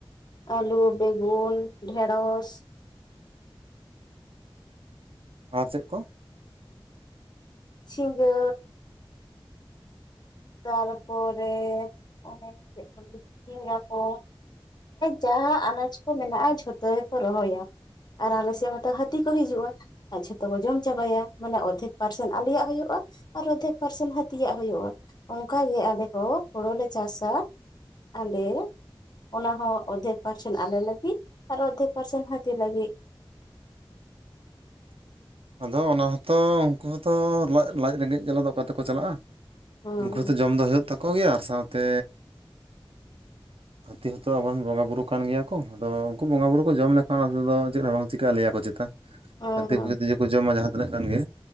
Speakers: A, on the left; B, on the right.
A: ᱟᱹᱞᱩ, ᱵᱮᱜᱩᱱ, ᱰᱷᱮᱸᱲᱚᱥ
B: ᱟᱨ ᱪᱮᱜ ᱠᱚ?
A: ᱡᱷᱤᱸᱜᱟᱹ ᱛᱟᱨᱯᱚᱨᱮ ᱚᱱᱮ ᱪᱮᱫ ᱠᱚ ᱞᱟᱹᱭᱟ ᱡᱷᱤᱸᱜᱟ. ᱠᱚ ᱡᱟᱦᱟ ᱟᱱᱟᱡᱽ ᱠᱚ ᱢᱮᱱᱟᱜᱼᱟ ᱡᱷᱚᱛᱚ ᱜᱮᱠᱚ ᱨᱚᱦᱚᱭᱟ᱾ ᱟᱨ ᱟᱞᱮ ᱥᱮ ᱢᱟᱛᱚ ᱦᱟᱹᱛᱤ ᱠᱚ ᱦᱤᱡᱩᱜᱼᱟ᱾ ᱡᱚᱛᱚ ᱠᱚ ᱡᱚᱢ ᱪᱟᱵᱟᱭᱟ ᱢᱟᱱᱮ ᱚᱫᱷᱮᱠ ᱯᱟᱨᱥᱮᱱ ᱟᱞᱮᱭᱟᱜ ᱦᱩᱭᱩᱜᱼᱟ ᱟᱨ ᱚᱫᱷᱮᱠ ᱯᱟᱨᱥᱮᱱ ᱦᱟᱹᱛᱤᱭᱟᱜ ᱦᱩᱭᱩᱜᱼᱟ ᱚᱱᱠᱟᱜᱮ ᱟᱞᱮ ᱦᱚᱸ ᱦᱳᱲᱳ ᱞᱮ ᱪᱟᱥᱟ᱾ ᱟᱞᱮ ᱚᱱᱟ ᱦᱚᱸ ᱚᱫᱷᱮᱠ ᱯᱟᱨᱥᱮᱱ ᱟᱞᱮ ᱞᱟᱹᱜᱤᱫ ᱟᱨ ᱚᱫᱷᱮᱠ ᱯᱟᱨᱥᱮᱱ ᱦᱟᱹᱛᱤ ᱞᱟᱹᱜᱤᱫ
B: ᱟᱫᱚ ᱚᱱᱟ ᱦᱚᱸᱛᱚ ᱩᱝᱠᱩ ᱦᱚᱸᱛᱚ ᱞᱟᱡ ᱨᱮᱸᱜᱮᱡᱽ ᱡᱟᱞᱟ ᱫᱚ ᱚᱠᱟ ᱛᱮᱠᱚ ᱪᱟᱞᱟᱜᱼᱟ᱾
A: ᱦᱩᱸ
B: ᱩᱝᱠᱩ ᱦᱚᱸᱫᱚ ᱡᱚᱢ ᱫᱚ ᱦᱩᱭᱩᱜ ᱛᱟᱠᱚ ᱜᱮᱭᱟ ᱟᱨ ᱥᱟᱶᱛᱮ ᱦᱟᱹᱛᱤ ᱦᱚᱸᱛᱚ ᱟᱵᱚᱨᱮᱱ ᱵᱚᱸᱜᱟ ᱵᱩᱨᱩ ᱠᱟᱱ ᱜᱮᱭᱟ ᱠᱚ ᱟᱫᱚ ᱩᱝᱠᱩ ᱵᱚᱸᱜᱟ ᱵᱩᱨᱩ ᱠᱚ ᱡᱚᱢ ᱞᱮᱠᱷᱟᱱ ᱚᱱᱟ ᱛᱮᱫᱚ ᱪᱮᱫ ᱦᱚᱸ ᱵᱟᱝ ᱪᱤᱠᱟᱹᱜᱼᱟ ᱞᱟᱹᱭᱟᱠᱚ ᱪᱮᱛᱟ
A: ᱦᱩᱸ
B: ᱦᱟᱹᱛᱤ
A: ᱦᱩᱸ
B: ᱡᱮ ᱠᱚ ᱡᱚᱢᱟ ᱡᱟᱦᱟᱸ ᱛᱤᱱᱟᱹᱜ ᱜᱟᱱ ᱜᱮ